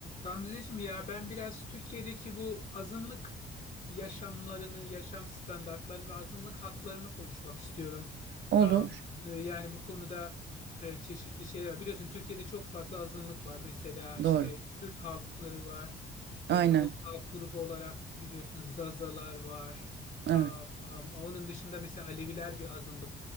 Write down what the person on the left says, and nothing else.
Ramziciğim ya ben biraz Türkiye'deki bu azınlık yaşamlarını, yaşam standartlarını ve azınlık haklarını konuşmak istiyorum.
Ee, e, Yani bu konuda e, çeşitli şeyler var. Biliyorsun Türkiye'de çok fazla azınlık var. Mesela işte
Kürt halkları var. Ee,
Onun alt grubu olarak biliyorsun Zazalar var.
Aa, am- Onun dışında mesela Aleviler bir azınlık